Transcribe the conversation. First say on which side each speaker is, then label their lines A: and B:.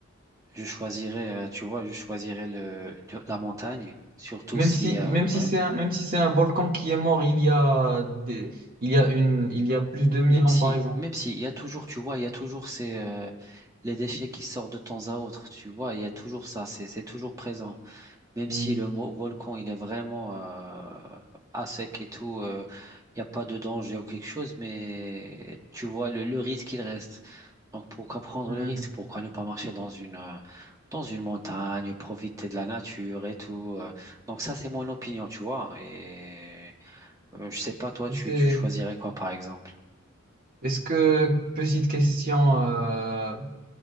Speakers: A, on the right (about 15°); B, on the right (about 45°).
A: je choisirais, euh, tu vois, je choisirais le, le- la montagne, surtout
B: Même
A: si,
B: si,
A: euh,
B: même si
A: ouais.
B: c'est un, même si c'est un volcan qui est mort il y a des, il y a une, il y a plus de mille
A: Même
B: ans,
A: si,
B: par exemple.
A: même si, il y a toujours, tu vois, il y a toujours ces, euh, les déchets qui sortent de temps à autre, tu vois, il y a toujours ça, c'est, c'est toujours présent. Même
B: Mhm.
A: si le mo- volcan, il est vraiment euh, à sec et tout, euh, il n'y a pas de danger ou quelque chose, mais tu vois le, le risque, il reste. Donc pourquoi prendre
B: Hmm.
A: le risque? Pourquoi ne pas marcher dans une, euh, dans une montagne, profiter de la nature et tout. euh. Donc ça, c'est mon opinion, tu vois. Et euh, je sais pas, toi, tu,
B: C'est-
A: tu choisirais quoi, par exemple?
B: Est-ce que, petite question, euh,